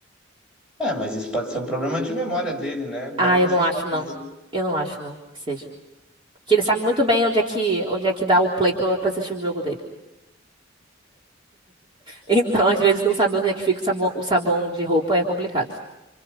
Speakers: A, in the centre; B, on the right (about 25°).
A: É, mas isso pode ser um problema de memória dele, né? Não
B: Ah,
A: necessariamente
B: eu não acho, não. Eu não acho, não, que seja. Que ele sabe muito bem onde é que, onde é que dá o play pro, pra assistir o jogo dele. <laughs> Então, às vezes, não saber onde é que fica o sabão, o sabão de roupa é complicado.